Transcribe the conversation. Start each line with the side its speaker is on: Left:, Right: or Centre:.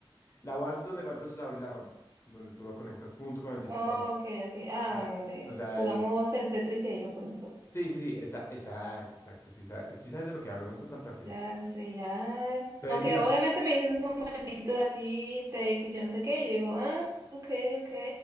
Left: la board es donde va el procesador y la RAM, donde tú lo conectas junto con el disipador.
Right: Oh, ok, ok. Ah,
Left: Ah,
Right: bueno, donde
Left: o sea,
Right: jugamos
Left: es...
Right: el Tetris y ahí lo ponemos todo.
Left: Sí, sí, sí, esa, exacto, exacto, sí, sa- sí sabes de lo que hablo, no estás tan perdido.
Right: Ya, sí, ya.
Left: Entonces
Right: Aunque
Left: diga,
Right: obviamente me dicen numeritos así, t x yo no sé qué, y yo digo, ah, ok, ok.